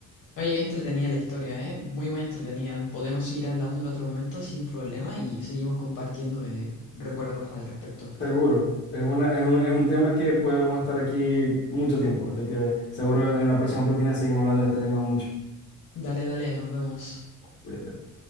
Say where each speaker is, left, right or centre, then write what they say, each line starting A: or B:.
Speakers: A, on the left; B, on the left.
A: Oye, qué entretenida la historia, ¿eh? Muy, muy entretenida. Podemos seguir hablando en otro momento sin problema y seguimos compartiendo eh, recuerdos al respecto.
B: Seguro. Es una, es un, es un tema que podemos estar aquí mucho tiempo. Así que seguro en la próxima oportunidad seguimos hablando de este tema mucho.
A: Dale, dale, nos vemos.
B: Cuídate.